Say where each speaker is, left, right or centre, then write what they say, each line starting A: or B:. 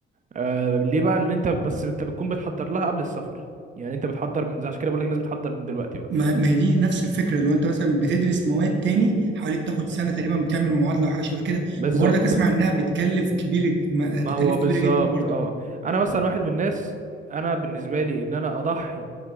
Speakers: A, on the right (about 40°); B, on the right (about 65°).
A: آه ليه بقى لان انت بس انت بتكون بتحضر لها قبل السفر يعني انت بتحضر من عشان كده بقول لك الناس بتحضر من دلوقتي بقى
B: ما ما هي دي نفس الفكره لو انت مثلا بتدرس مواد تاني حوالي بتاخد سنه تقريبا بتعمل معادله او حاجه شبه كده
A: بالظبط
B: وبرضك اسمع انها بتكلف كبير ما-
A: ما
B: تكاليف
A: هو بالظبط
B: كبيره جدا برضك
A: اه انا مثلا واحد من الناس انا بالنسبة لي ان انا اضحي